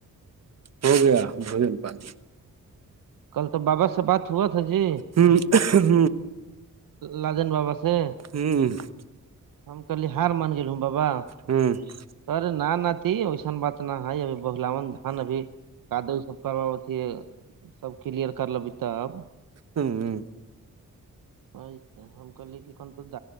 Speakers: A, on the right; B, on the right.
A: ہو گیا بھوجن پانی
B: کل تو بابا سے بات ہوا تھا جی
A: ہ ہ
B: لجن بابا سے
A: ہوں <unintelligible>
B: ہم کل ہار مان گ ہ بابا
A: ھمم <unintelligible>
B: سر نہ نتی وسان بات نہ ہے ابھی بہلاون دان ابھی <unintelligible> کادو سب کروا اتیھی سب کلیئر کر لیبھی تب
A: ہوں <unintelligible>
B: ایس ہم کہے کہ کن تو ج